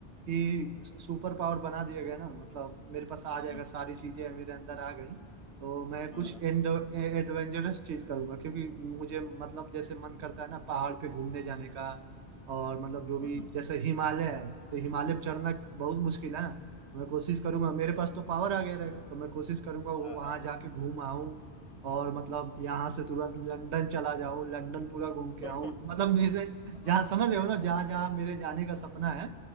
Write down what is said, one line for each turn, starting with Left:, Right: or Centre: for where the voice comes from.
Right: कि सुपर पावर बना दिया गया ना मतलब मेरे पास आ
Left: हम्म
Right: जाएगा
Left: हम्म
Right: सारी चीजें मेरे अंदर आ गई तो मैं कुछ
Left: हम्म हम्म,
Right: एंड एडवेंचरस चीज करूंगा क्योंकि मुझे मतलब जैसे मन करता है ना पहाड़ पे घूमने जाने का और मतलब जो भी
Left: हम्म,
Right: जैसे हिमालय है तो हिमालय पे चढ़ना बहुत मुश्किल है ना तो मैं कोशिश करूंगा मेरे पास तो पावर आ गया रहेगा तो मैं कोशिश करूंगा वो
Left: हाँ
Right: वहां जाके घूम आऊं और मतलब यहाँ से तुरंत लंदन चला जाऊं लंदन पूरा घूम के
Left: हाँ,
Right: आऊं मतलब मेरे
Left: <laughs>
Right: जहाँ
Left: हाँ,
Right: समझ रहे हो ना जहाँ जहाँ मेरे जाने का सपना है